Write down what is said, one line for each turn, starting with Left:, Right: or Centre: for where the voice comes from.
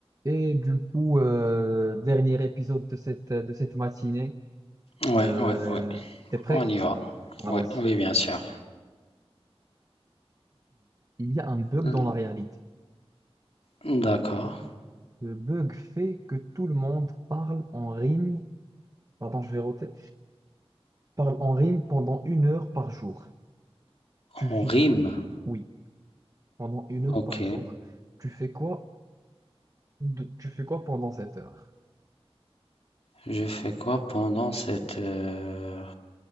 Right: Et du coup, euh, dernier épisode de cette, de cette matinée.
Left: Ouais,
Right: Euh,
Left: ouais, ouais,
Right: t'es prêt?
Left: on y va.
Right: Allons-y.
Left: Ouais, oui, bien sûr.
Right: Il y a un bug
Left: L-
Right: dans la réalité.
Left: D'accord.
Right: Le bug fait que tout le monde parle en rime. Pardon, je vais roter. Parle en rime pendant une heure par jour. Tu fais
Left: On rime.
Right: oui, pendant une heure
Left: Ok.
Right: par jour. Tu fais quoi de- tu fais quoi pendant cette heure?
Left: Je fais quoi pendant cette... euh,